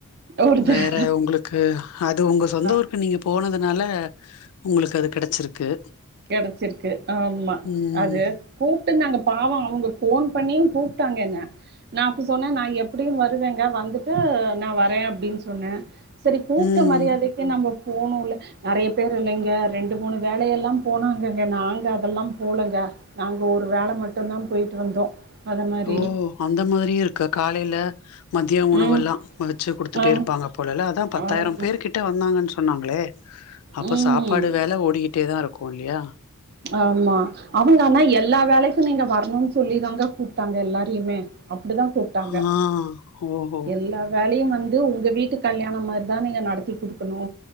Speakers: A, on the right; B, on the left.
A: ஒரு தட
B: வேற உங்களுக்கு அது உங்க சொந்த
A: ஆ
B: ஊருக்கு நீங்க போனதுனால உங்களுக்கு அது கெடச்சிருக்கு
A: கெடச்சிருக்கு ஆமா
B: ம்
A: அது கூப்பிட்டு நாங்க பாவ அவங்க ஃபோன் பண்ணியு கூப்ட்டாங்க என்ன நா அப்ப சொன்னே நா எப்படியு வருவேங்க வந்துட்டு நா வரே அப்டின்னு சொன்னே சரி கூப்ட்ட
B: ம்
A: மரியாதைக்கு நம்ப போனுல்ல நெறைய பேர் இல்லைங்க ரெண்டு மூணு வேலையெல்லா போனாங்கங்க நாங்க அதெல்லா போலங்க நாங்க ஒரு வேல மட்டு்தா போயிட்டு வந்தோ அத மாரி
B: ஓ அந்த மாதிரியு இருக்கா காலையில மதிய உணவு
A: ம்
B: எல்லா வச்சு குடுத்துட்டே
A: ஆ
B: இருப்பாங்க போலல்ல அதா பத்தாயிரம்
A: ஆமா
B: பேர் கிட்ட வந்தாங்கன்னு சொன்னாங்களே அப்ப
A: ம்
B: சாப் படு வேல ஓடிக்கிட்டே தா இருக்கு இல்லையா
A: ஆமா அவங்க ஆனா எல்லா வேலைக்கு நீங்க வரணுனு சொல்லி தாங்க கூப்ட்டாங்க எல்லாரையுமே அப்டிதா கூப்பிட்டாங்க
B: ஆ ஓஹோ
A: எல்லா வேலையு வந்து உங்க வீட்டு கல்யாண மாறிதா நீங்க நடத்தி குடுக்கணு